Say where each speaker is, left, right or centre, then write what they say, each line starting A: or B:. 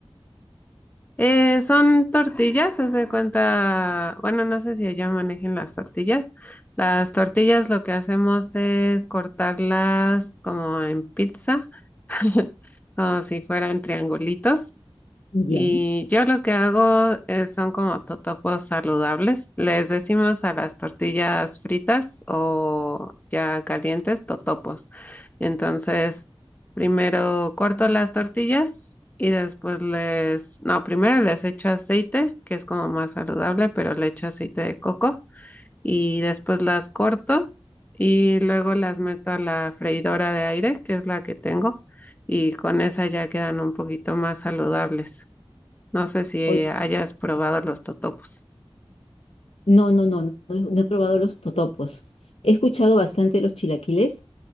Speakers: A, on the left (about 15°); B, on the left (about 85°).
A: Eh, son tortillas, haz de cuenta, bueno, no sé si allá manejen las tortillas. Las tortillas lo que hacemos es cortarlas como en pizza, <laughs> como si fueran triangulitos.
B: Ya.
A: Y yo lo que hago es- son como totopos saludables. Les decimos a las tortillas fritas o ya calientes totopos. Entonces, primero corto las tortillas y después les, no, primero les echo aceite, que es como más saludable, pero le echo aceite de coco y después las corto y luego las meto a la freidora de aire, que es la que tengo, y con esa ya quedan un poquito más saludables. No sé si
B: Oye,
A: hayas probado los totopos.
B: no, no, no, no, no he no he probado los totopos. He escuchado bastante los chilaquiles,